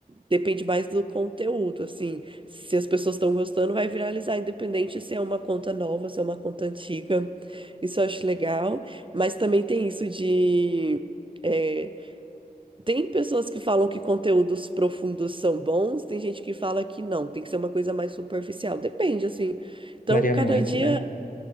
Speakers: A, on the right; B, on the left.
A: depende mais do conteúdo, assim. Se as pessoas estão gostando, vai viralizar, independente se é uma conta nova, se é uma conta antiga. Isso eu acho legal. Mas também tem isso de. é, tem pessoas que falam que conteúdos profundos são bons, tem gente que fala que não, tem que ser uma coisa mais superficial. Depende, assim. Então,
B: Varia
A: cada
B: muito,
A: dia,
B: né?